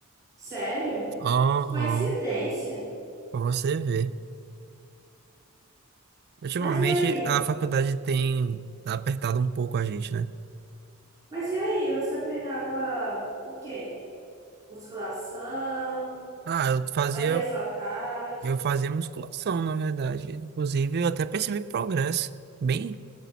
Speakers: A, on the right (about 15°); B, on the right (about 45°).
A: Sério?
B: Aham,
A: Que coincidência.
B: pra você ver. Ultimamente,
A: Mas e aí?
B: a faculdade tem apertado um pouco a gente, né?
A: Mas e aí? Você treinava o quê? Musculação?
B: Ah, eu fazia,
A: Fazia só cardio?
B: eu fazia musculação, na verdade. Inclusive, eu até percebi progresso. Bem,